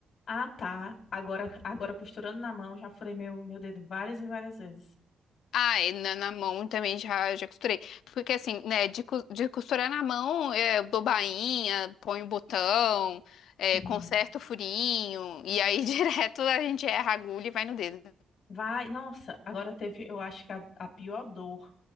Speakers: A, on the left; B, on the left.
A: Ah, tá. Agora, agora costurando na mão, já furei meu, meu dedo várias e várias vezes.
B: Ah, e na, na mão também já, já costurei. Porque assim, né, de, cos- de costurar na mão, é, eu dou bainha, ponho botão, é,
A: Sim.
B: conserto o furinho, e aí <laughs> direto a gente erra a agulha e vai no dedo.
A: Vai, nossa, agora teve, eu acho que a, a pior dor